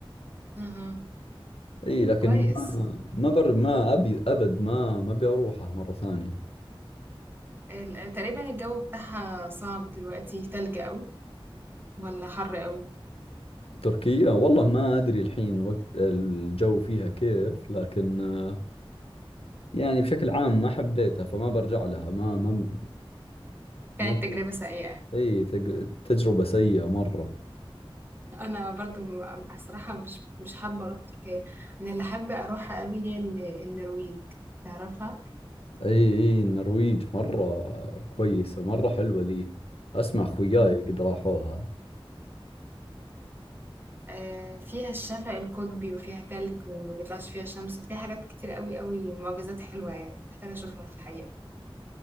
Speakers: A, on the right; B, on the left.
A: أها
B: اي لكن
A: كويس
B: ما ما بر ما ابي ابد ما ما ابي اروحها مرة ثانية
A: ال- تقريبا الجو بتاعها صعب دلوقتي تلج أوي ولا حر أوي
B: تركيا والله ما ادري الحين وقت الجو فيها كيف لكن آه، يعني بشكل عام ما حبيتها فما برجع لها ما ما
A: كانت
B: ما
A: تجربة سيئة
B: اي تج- تجربة سيئة مرة
A: أنا برضو م- بصراحة مش مش حابة أروح تركيا أنا اللي حابة أروحها أوي هي ال- النرويج تعرفها؟
B: اي اي النرويج مرة كويسة مرة حلوة ذي اسمع خوياي
A: مم.
B: قد راحوها
A: آه فيها الشفق القطبي وفيها تلج وما بيطلعش فيها شمس وفيها حاجات كتير أوي أوي معجزات حلوة يعني محتاجة أشوفها في الحقيقة